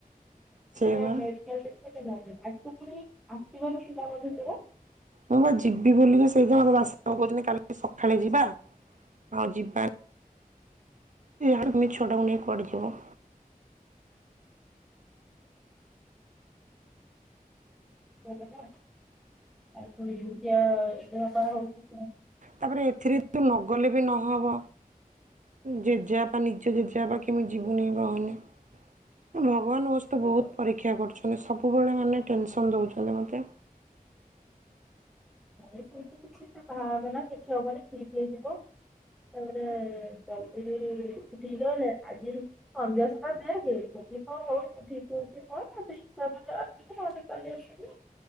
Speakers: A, on the right (about 55°); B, in the centre.
A: ସେ
B: <unintelligible>
A: ବା
B: ଆଜି ପୁଣି ଆସିବାର ଥିଲା ବୋଧେ ତୋର।
A: ମୁଁ ବା ଯିବି ବୁଲି ସେଇ ଯା ମତେ ବାସକୁ କହୁଛନ୍ତି କାଲି ସକାଳେ ଯିବା ଆଉ ଯିବା। ଏ ହଡମୁହିଁ ଛୁଆତକୁ ନେଇ କୁଆଡେ ଯିବ।
B: ଆଉ ପୁଣି ଏମିତିଆ ଦେହାପ ହୋଇଛି।
A: ତାପରେ ଏଥିରେ ତୁ ନଗଲେ ବି ନହବ। ଜେଜେବାପା ନିଜ ଜେଜେବାପା କେମତି ଯିବୁନହିଁ ରହନି ଭ। ଭଗବାନ ମୋ
B: ଶୋଇବ
A: ସହିତ ବହୁତ ପରୀକ୍ଷା କରୁଛ। ସବୁବେଳେ ମାନେ ଟେନସନ ଦେଉଛନ୍ତି ମତେ।
B: ନାଇ ତୁ କିଛି ଭାବେନ କିଛି ହବନି ଠିକ ହେଇଯିବ ତାପରେ ଜଲଦି ଠିକ ହୋଇଗଲେ ଆଜି ସନ୍ଧ୍ୟାସୁଧା ଦେଖ ଯଦି କଣ ହଉଚି ଠିକ ହଉଛି କଣ ସେଇ ହିସାବରେ ଆସିବୁ ନହେଲେ କାଲି ଆସିବୁ।